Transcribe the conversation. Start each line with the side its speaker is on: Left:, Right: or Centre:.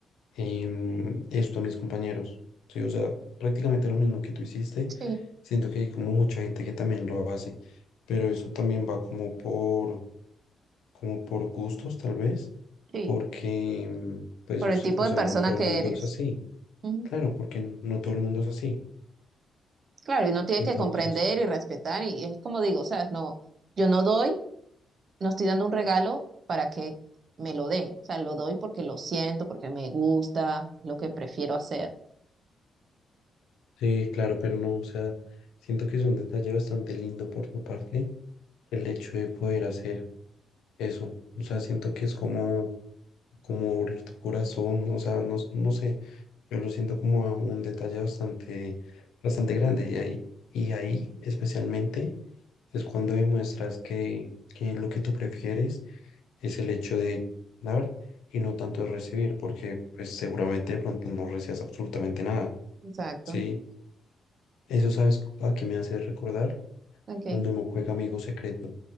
Left: em, esto a mis compañeros. Sí, o sea, prácticamente lo mismo que tú hiciste.
Right: Sí,
Left: Siento que hay como mucha gente que también lo hace, pero eso también va como por, como por gustos, tal vez,
Right: sí,
Left: porque, em, pues,
Right: por
Left: o
Right: el
Left: sea,
Right: tipo
Left: o
Right: de
Left: sea,
Right: persona
Left: no todo
Right: que
Left: el mundo
Right: eres.
Left: es así.
Right: Ujú,
Left: Claro, porque no todo el mundo es así.
Right: Claro, y uno tiene
Left: Entonces...
Right: que comprender y respetar y es como digo, ¿sabes? No, yo no doy, no estoy dando un regalo para que me lo den, o sea, lo doy porque lo siento, porque me gusta, es lo que prefiero hacer.
Left: Sí, claro, pero no, o sea, siento que es un detalle bastante lindo por tu parte el hecho de poder hacer eso. O sea, siento que es como, como abrir tu corazón, o sea, no, no sé, yo lo siento como a un detalle bastante, bastante grande y ahí, y ahí especialmente es cuando demuestras que, que lo que tú prefieres es el hecho de dar y no tanto de recibir, porque pues seguramente de pronto no recibas absolutamente nada,
Right: Exacto,
Left: ¿sí? Eso, ¿sabes a qué me hace recordar?
Right: ok.
Left: cuando uno juega amigo secreto.